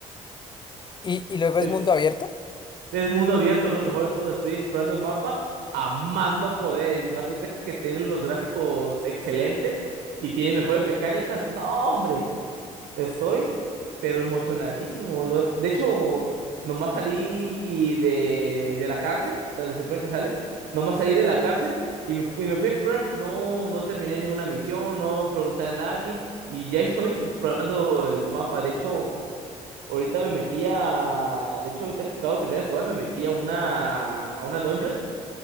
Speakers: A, on the left (about 30°); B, on the right (about 75°).
A: ¿Y, y luego
B: Es
A: es mundo abierto?
B: Es mundo abierto, es lo mejor de todo. Estoy explorando el mapa a más no poder. Y más ahorita que tiene los gráficos excelentes y tiene mejores mecánicas. No, hombre, estoy, pero emocionadísimo. No- de hecho, nomás salí de, de la cárcel, donde se supone que sales. Nomás salí de la cárcel y me, y me fui a explorar. No, no terminé ninguna misión, no pregunté a nadie. Y ya estoy explorando el mapa. De hecho. Ahorita me metí a. De hecho, ahorita acabo de terminar de jugar, me metí a una. a una dungeon,